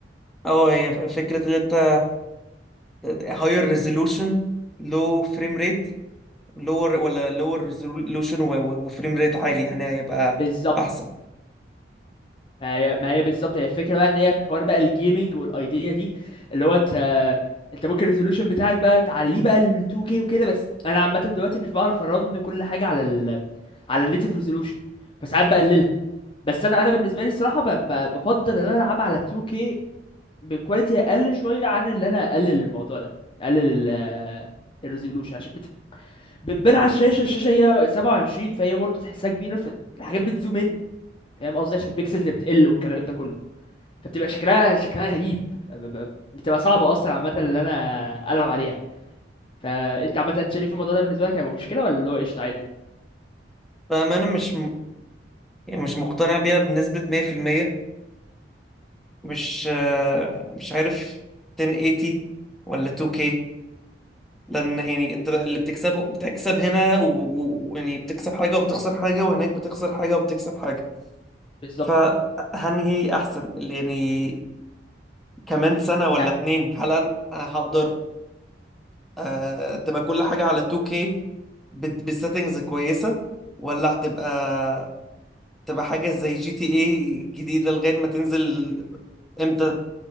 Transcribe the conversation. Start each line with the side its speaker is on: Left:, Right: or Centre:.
Centre: آه، هي ف- فكرة ان انت هاير ريزولوشن لو فريم ريت لور ولا لور ريزولوشن وفريم ريت عالي يعني هيبقى
Left: بالظبط
Centre: احسن
Left: ما هي ما هي بالظبط هي الفكره بقى ان هي في حوار بقى الجيمنج والايديا دي اللي هو انت انت ممكن الريزولوشن بتاعك بقى تعليه بقى ل 2K وكده بس انا عامه دلوقتي مش بعرف ارن كل حاجه على ال على النيتف ريزولوشن فساعات بقللها بس انا انا بالنسبه لي الصراحه ب... ب... بفضل ان انا العبها على 2K بكواليتي اقل شويه عن اللي انا اقلل الموضوع ده اقلل ال الريزولوشن عشان بت... بتبان على الشاشه الشاشه هي 27 فهي برضه تحسها كبيره فالحاجات بتزوم ان فاهم قصدي عشان البيكسلز بتقل والكلام ده كله فبتبقى شكلها شكلها غريب فب- بتبقى صعبة أصلا عامة اللي أنا ألعب عليها فأنت عامة شايف الموضوع ده بالنسبة لك هيبقى مشكلة ولا اللي هو قشطة عادي
Centre: فانا مش يعني مش مقتنع بيها بنسبة 100% مش آه، مش عارف 1080 ولا 2K لأن يعني أنت اللي بتكسبه بتكسب هنا و- و- ويعني بتكسب حاجة وبتخسر حاجة وهناك بتخسر حاجة وبتكسب حاجة
Left: بالظبط
Centre: فهنهي أحسن اللي يعني كمان سنة ولا
Left: يعني
Centre: اتنين هل أنا هقدر آه، تبقى كل حاجة على 2K بالسيتنجز كويسة ولا هتبقى تبقى حاجة زي جي تي ايه الجديدة لغاية ما تنزل امتى